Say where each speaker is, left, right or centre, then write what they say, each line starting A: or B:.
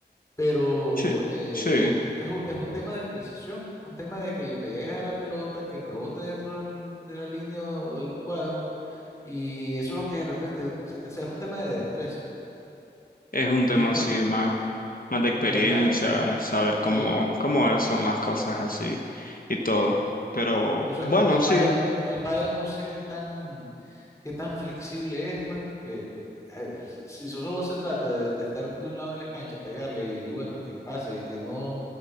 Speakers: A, on the left; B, on the left.
A: pero
B: Sí,
A: eh,
B: sí,
A: es, u- es un tema de precisión, un tema de que le pegues a la pelota, que rebote dentro del- de la línea o de los cuadros, y eso es lo que de repente, o sea, es un tema de destreza,
B: Es un
A: y
B: tema
A: no,
B: así más, más de experiencia,
A: ¿verdad?
B: saber cómo,
A: Sí.
B: cómo es- son las cosas así y todo. Pero
A: Entonces,
B: bueno,
A: el
B: sí,
A: pádel, el pádel no sé qué tan, qué tan flexible es, pues, porque eh, si eso solo se trata de, de estar de un lado de la cancha, pegarle y bueno, que pase y que no,